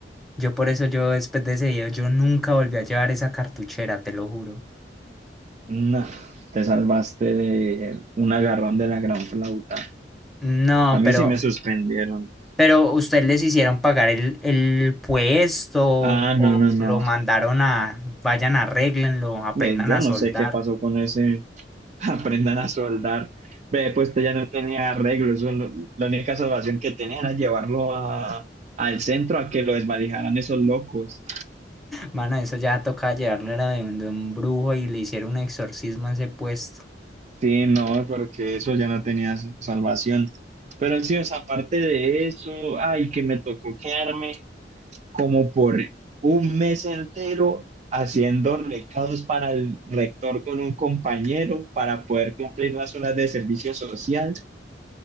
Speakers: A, in the centre; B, on the right.
A: Yo por eso yo después de ese video yo nunca volví a llevar esa cartuchera, te lo juro.
B: No, te salvaste de un agarrón de la gran flauta.
A: No,
B: A mí
A: pero
B: sí me suspendieron.
A: Pero ustedes les hicieron pagar el, el puesto
B: Ah,
A: o
B: no, no, no.
A: lo mandaron a, vayan, arréglenlo, aprendan
B: Ve, yo
A: a
B: no
A: soldar.
B: sé qué pasó con ese. <laughs> Aprendan a soldar. Ve, pues esto ya no tenía arreglo. Eso, lo- la única salvación que tenía era llevarlo a, al centro a que lo desvalijaran esos locos.
A: Mano, eso ya toca llevarlo era de un, de un brujo y le hicieron un exorcismo a ese puesto.
B: Sí, no, porque eso ya no tenía salvación. Pero sí, o sea, aparte de eso, ay, que me tocó quedarme como por un mes entero haciendo recados para el rector con un compañero para poder cumplir las horas de servicio social.